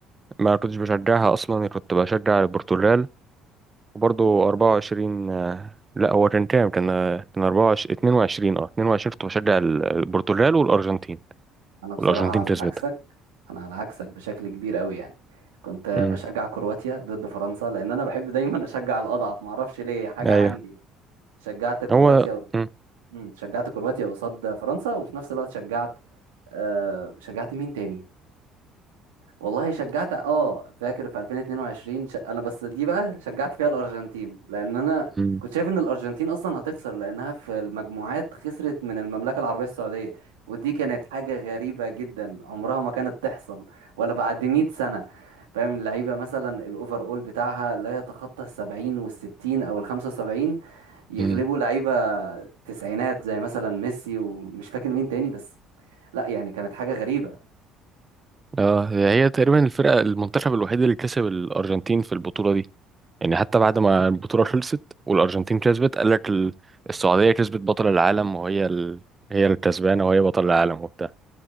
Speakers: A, on the right; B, on the right.
A: ما كنتش بشجعها أصلا كنت بشجع البرتغال وبرضه 24 آه، لا هو كان كام كان آه، كان 24 22 اه 22 كنت بشجع ال- البرتغال والأرجنتين
B: انا بصراحة
A: والأرجنتين
B: على
A: كسبت
B: عكسك انا على عكسك بشكل كبير قوي يعني كنت
A: امم
B: بشجع كرواتيا ضد فرنسا لان انا بحب دايما <laughs> اشجع الاضعف ما اعرفش ليه حاجه
A: ايوه
B: عندي شجعت كرواتيا
A: هو مم.
B: مم، شجعت كرواتيا قصاد فرنسا وفي نفس الوقت شجعت آه شجعت مين تاني والله شجعت اه فاكر في 2022 ش... انا بس دي بقى شجعت فيها الارجنتين لان انا
A: امم
B: كنت شايف ان الارجنتين اصلا هتخسر لانها في المجموعات خسرت من المملكه العربيه السعوديه ودي كانت حاجه غريبه جدا عمرها ما كانت تحصل ولا بعد 100 سنه فاهم اللعيبه مثلا الاوفر اول بتاعها لا يتخطى ال 70 وال 60 او ال 75 يغلبوا
A: مم.
B: لعيبه تسعينات زي مثلا ميسي ومش فاكر مين تاني بس لا يعني كانت حاجه غريبه
A: اه هي تقريبا الفرقة المنتخب الوحيد اللي كسب الأرجنتين في البطولة دي يعني حتى بعد ما البطولة خلصت والأرجنتين كسبت قال لك ال- السعودية كسبت بطل العالم وهي ال... هي الكسبانة وهي بطل العالم وبتاع